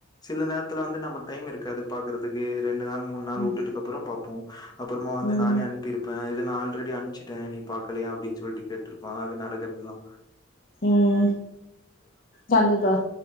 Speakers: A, on the left; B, on the left.
A: சில நேர்த்துல வந்து நமக் டைம் இருக்காது பாக்கறதுக்கு ரெண்டு நாள் மூன் நாள்
B: ம்
A: வுட்டுட்டுக்கப்றோ பாப்போம் அப்புற்மா வந்து
B: ம்
A: நானே அன்ப்பிருப்பே இத ஆல் ரெடி அன்ம்ச்சிட் நீ பாக்கலையா அப்டின் சொல்ட்டு கேட்ருப்பா அது நடக்கற்துதா
B: ம் கண்டிப்பா